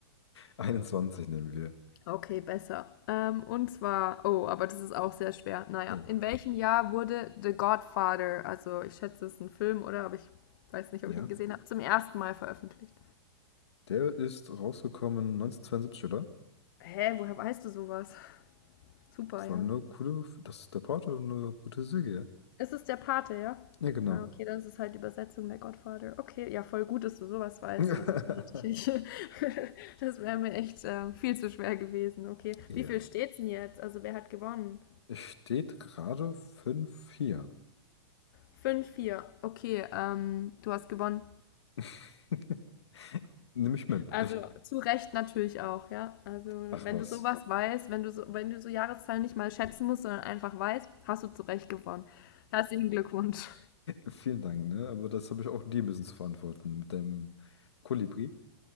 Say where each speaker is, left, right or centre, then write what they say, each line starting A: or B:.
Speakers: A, on the left; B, on the left.
A: einundzwanzig nehmen wir.
B: Okay, besser. Ähm, und zwar, oh, aber das ist auch sehr schwer. Naja,
A: Oh,
B: in welchem Jahr wurde The Godfather, also ich schätze, es ist ein Film, oder? Aber ich weiß nicht,
A: ja.
B: ob ich ihn gesehen habe, zum ersten Mal veröffentlicht.
A: Der ist rausgekommen 1972, oder?
B: Hä, woher weißt du sowas? <laughs> Super, ja.
A: War eine coole. Das ist der Porto, eine gute Serie.
B: Ist es der Pate, ja?
A: Ja, Ja, genau.
B: Ah, okay, das ist halt die Übersetzung der Godfather. Okay, ja, voll gut, dass du sowas weißt.
A: <laughs>
B: Also, da hätte ich, echt- <laughs> das wäre mir echt ähm, viel zu schwer gewesen. Okay,
A: Ja.
B: wie viel steht's denn jetzt? Also, wer hat gewonnen?
A: Es steht gerade fünf vier.
B: Fünf vier. Okay, ähm, du hast gewonnen.
A: <laughs> Nimm ich mit.
B: Also, zu Recht natürlich auch, ja? Also,
A: Ach
B: wenn
A: was.
B: du sowas weißt, wenn du so, wenn du so Jahreszahlen nicht mal schätzen musst, sondern einfach weißt, hast du zu Recht gewonnen. Herzlichen Glückwunsch.
A: Vielen Dank, ne? Aber das habe ich auch dir ein bisschen zu verantworten mit deinem Kolibri.